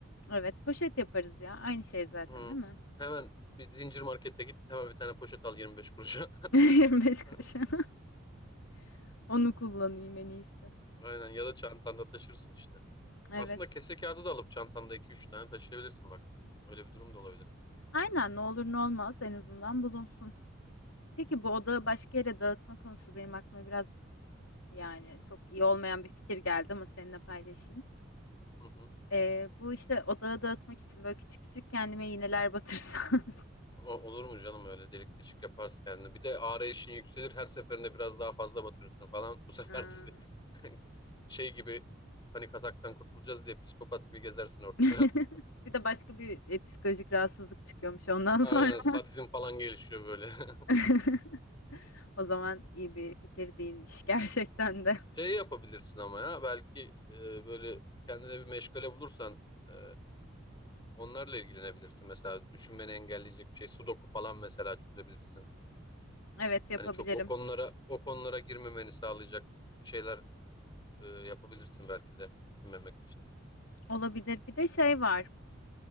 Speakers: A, on the left; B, on the left.
A: Evet, poşet yaparız ya. Aynı şey zaten
B: Hı.
A: değil mi?
B: Hemen bir zincir markete git. Hemen bir tane poşet al 25 kuruşa.
A: <laughs> 25 kuruşa.
B: <laughs>
A: <laughs> Onu kullanayım en iyisi.
B: Aynen ya da çantanda taşırsın işte.
A: Evet.
B: Aslında kese kağıdı da alıp çantanda iki üç tane taşıyabilirsin bak. Öyle bir durum da olabilir.
A: Aynen ne olur ne olmaz en azından bulunsun. Peki bu odağı başka yere dağıtma konusu benim aklıma biraz Yani çok iyi olmayan bir fikir geldi ama seninle paylaşayım.
B: Hı hı.
A: Ee, bu işte odağı dağıtmak için böyle küçük küçük kendime iğneler batırsam. <laughs>
B: O- olur mu canım öyle delik deşik yaparsın kendini. Bir de arayışın yükselir her seferinde biraz daha fazla batırırsın falan. Bu sefer
A: Ha.
B: de <laughs> şey gibi panik ataktan kurtulacağız diye psikopat gibi gezersin ortada.
A: <laughs>
B: <laughs>
A: Bir de başka bir e, psikolojik rahatsızlık çıkıyormuş ondan
B: Aynen
A: sonra.
B: sadizm falan gelişiyor böyle. <laughs>
A: <laughs> O zaman iyi bir fikir değilmiş gerçekten de.
B: Şey yapabilirsin ama ya belki e, böyle kendine bir meşgale bulursan e, onlarla ilgilenebilirsin. Mesela düşünmeni engelleyecek bir şey sudoku falan mesela çözebilirsin.
A: Evet yapabilirim.
B: Hani çok o konulara o konulara girmemeni sağlayacak bir şeyler e, yapabilirsin belki de düşünmemek için.
A: Olabilir. Bir de şey var.